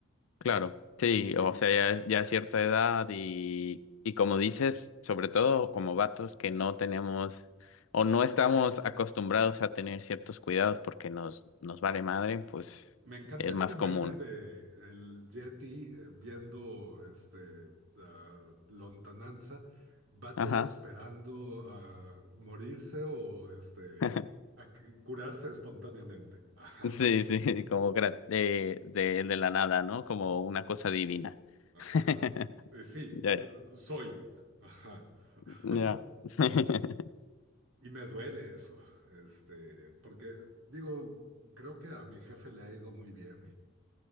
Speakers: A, on the left; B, on the right.
A: Claro, sí,
B: Y
A: o sea, ya, es- ya a cierta edad y, y como dices, sobre todo como vatos que no tenemos o no estamos acostumbrados a tener ciertos cuidados porque nos, nos vale madre, pues
B: me encanta
A: es
B: este
A: más
B: meme
A: común.
B: de el Yeti eh, viendo este ah, lontananza, vatos
A: Ajá.
B: esperando a morirse o este
A: <laughs>
B: a c- curarse espontáneamente. Ajá,
A: Sí, sí, como gra- de, de, de la nada, ¿no? Como una cosa divina.
B: ajá.
A: <laughs>
B: Eh, sí,
A: Ya,
B: eh, soy. Ajá. <laughs>
A: ya. <laughs>
B: Y me duele eso, este, porque digo, creo que a mi jefe le ha ido muy bien